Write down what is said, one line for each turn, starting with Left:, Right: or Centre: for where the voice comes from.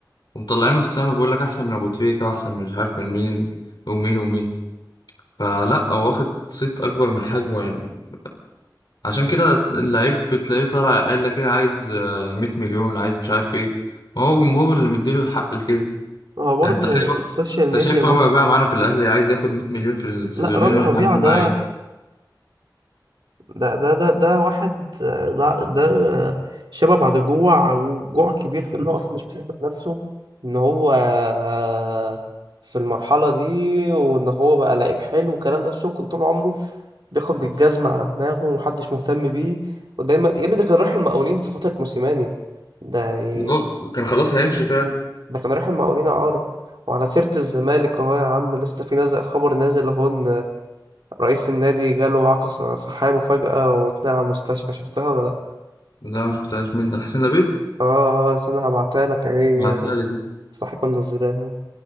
Left: ومطلعينه السما بيقول لك احسن من ابو تريكة واحسن من مش عارف من مين ومين ومين فلا هو واخد صيت اكبر من حجمه يعني عشان كده اللعيب بتلاقيه طالع قايل لك ايه عايز آه، 100 مليون عايز مش عارف ايه ما هو جمهور اللي مديله الحق لكده
Right: ما هو برضه
Left: يعني انت تخيل واحد-
Right: السوشيال ميديا
Left: انت شايف
Right: برضه
Left: عمر ربيعة معانا في الاهلي عايز ياخد 100 مليون في السيزونين
Right: لا رامي
Left: واحنا
Right: ربيعة
Left: عاملين
Right: ده
Left: معاه ايه
Right: ده ده ده, ده واحد آه، لا ده شبه بعد جوع وجوع كبير في انه اصلا مش بيحب نفسه ان هو آه، في المرحلة دي وان هو بقى لعيب حلو والكلام ده الشغل طول عمره بياخد بالجزمة على دماغه ومحدش مهتم بيه ودايما يا ابني ده كان رايح المقاولين في فترة موسيماني ده يعني
Left: ده هو كان خلاص هيمشي فعلا
Right: ده كان رايح المقاولين إعارة وعلى سيرة الزمالك أهو يا عم لسه في نازل خبر نازل أهو إن رئيس النادي جاله عقد ص- صحية مفاجأة واتنقل على المستشفى شفتها ولا لأ؟
Left: لا مش بتاعش مين ده حسين لبيب
Right: آه آه، آه، استنى هبعتها لك أهي
Left: بعتها لي
Right: صاحبها منزلاها